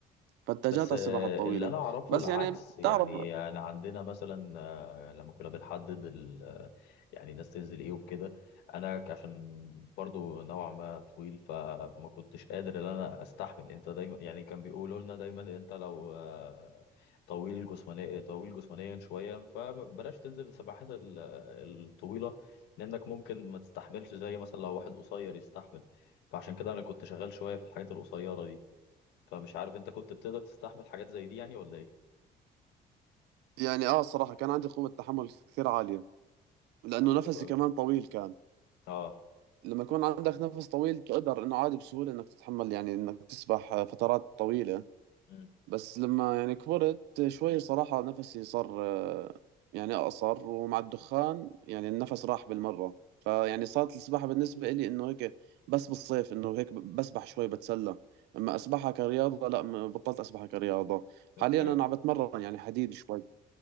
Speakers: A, on the right; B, on the left.
A: فاتجهت
B: بس
A: على السباحة
B: آه،
A: الطويلة
B: اللي انا اعرفه
A: بس
B: العكس
A: يعني
B: يعني
A: بتعرف
B: انا عندنا مثلا آه، لما كنا بنحدد ال- آه، يعني الناس تنزل ايه وكده انا ك- عشان برضو نوعا ما طويل فما كنتش قادر ان انا استحمل انت دايما يعني كان بيقولوا لنا دايما انت لو آه، طويل جسمانيا طويل جسمانيا شويه فبلاش تنزل السباحات ال- الطويله لانك ممكن ما تستحملش زي مثلا لو واحد قصير يستحمل فعشان كده انا كنت شغال شويه في الحاجات القصيره دي فمش عارف انت كنت بتقدر تستحمل حاجات زي دي يعني ولا ايه
A: يعني اه صراحة كان عندي قوة تحمل كثير عالية لأنه
B: طب
A: نفسي
B: حلو قوي
A: كمان طويل كان
B: اه
A: لما يكون عندك نفس طويل تقدر إنه عادي بسهولة إنك تتحمل يعني إنك تسبح آه، فترات طويلة
B: امم
A: بس لما يعني كبرت شوي صراحة نفسي صار آه، يعني أقصر ومع الدخان يعني النفس راح بالمرة فيعني صارت السباحة بالنسبة إلي إنه هيك بس بالصيف إنه هيك بسبح شوي بتسلى أما أسبحها كرياضة لا م- بطلت أسبحها كرياضة حاليا
B: اوكي
A: أنا عم بتمرن يعني حديد شوي